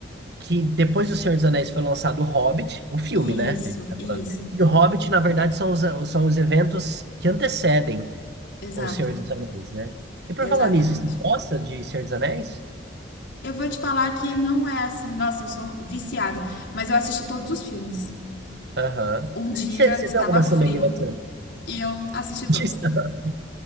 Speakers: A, on the right; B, on the left.
A: que depois do Senhor dos Anéis foi lançado O Hobbit, o filme,
B: Isso,
A: né? A gente Tá
B: isso.
A: falando. E o Hobbit, na verdade, são os, são os eventos que antecedem
B: Exato.
A: o Senhor dos Anéis, né? E por
B: Exatamente.
A: falar nisso, você gosta de Senhor dos Anéis?
B: Eu vou te falar que não é assim, nossa, eu sou viciada, mas eu assisti todos os filmes.
A: Aham.
B: Um dia
A: Você você
B: estava
A: vê alguma
B: frio
A: semelhança
B: E eu assisti todos.
A: disso? <laughs>